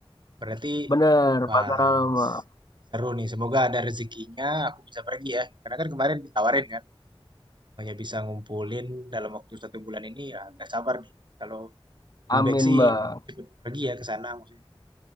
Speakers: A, on the right; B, on the left.
A: Berarti
B: Bener,
A: pas
B: Pak Karal, Bang.
A: seru nih. Semoga ada rezekinya aku bisa pergi ya. Karena kan kemarin ditawarin kan, hanya bisa ngumpulin dalam waktu satu bulan ini, ya nggak sabar nih. Kalau lebih
B: Amin
A: baik sih
B: bang.
A: cepet pergi ya ke sana maksudnya.